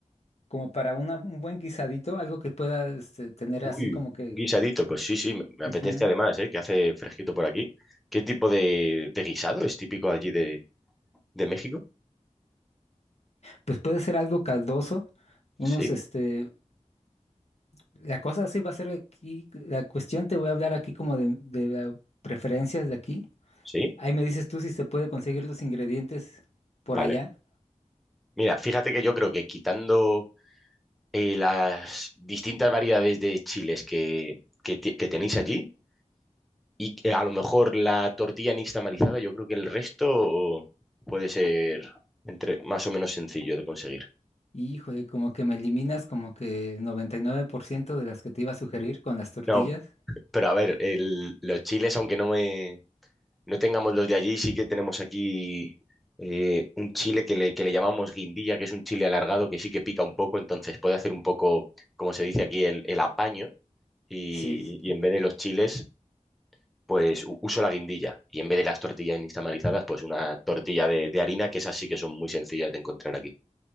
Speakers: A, on the left; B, in the centre.
A: como para una- un buen guisadito, algo que pueda este, tener
B: Uy,
A: así como que,
B: un guisadito, pues sí, sí, me me
A: ujú.
B: apetece además, ¿eh? Que hace fresquito por aquí. ¿Qué tipo de, de guisado es típico allí de, de México?
A: Pues puede ser algo caldoso, unos
B: Sí,
A: este, La cosa sí va a ser aquí, la cuestión te voy a hablar aquí como de, de la- preferencias de aquí.
B: sí,
A: Ahí me dices tú si se puede conseguir los ingredientes por
B: vale.
A: allá.
B: Mira, fíjate que yo creo que quitando eh, las distintas variedades de chiles que, que, te- que tenéis allí y que a lo mejor la tortilla nixtamalizada, yo creo que el resto puede ser entre, más o menos sencillo de conseguir.
A: Híjole, como que me eliminas como que el 99% de las que te iba a sugerir con las tortillas.
B: No, pero a ver, el- los chiles, aunque no me, no tengamos los de allí, sí que tenemos aquí eh, un chile que le, que le llamamos guindilla, que es un chile alargado que sí que pica un poco, entonces puede hacer un poco, como se dice aquí, el, el apaño y,
A: Sí. sí.
B: y en vez de los chiles, pues u- uso la guindilla y en vez de las tortillas instamarizadas, pues una tortilla de, de harina, que esas sí que son muy sencillas de encontrar aquí.